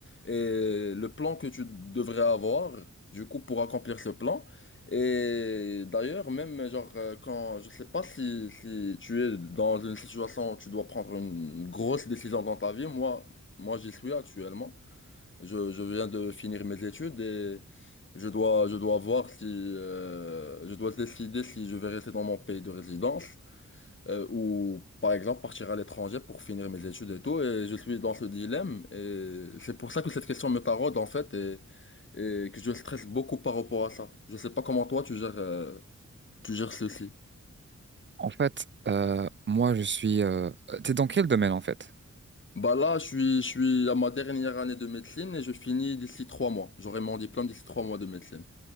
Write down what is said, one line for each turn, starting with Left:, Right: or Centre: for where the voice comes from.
Left: et le plan que tu devrais avoir, du coup, pour accomplir ce plan. Et d'ailleurs, même, genre, euh, quand, je sais pas si, si tu es dans une situation où tu dois prendre une grosse décision dans ta vie, moi, moi, j'y suis actuellement. Je, je viens de finir mes études et je dois, je dois voir si euh, je dois décider si je vais rester dans mon pays de résidence euh, ou par exemple partir à l'étranger pour finir mes études et tout. Et je suis dans ce dilemme et c'est pour ça que cette question me taraude en fait et, et que je stresse beaucoup par rapport à ça. Je sais pas comment toi tu gères, euh, tu gères ceci.
Right: En fait, euh, moi je suis... Euh... T'es dans quel domaine en fait?
Left: Bah là, je suis, je suis à ma dernière année de médecine et je finis d'ici trois mois. J'aurai mon diplôme d'ici trois mois de médecine.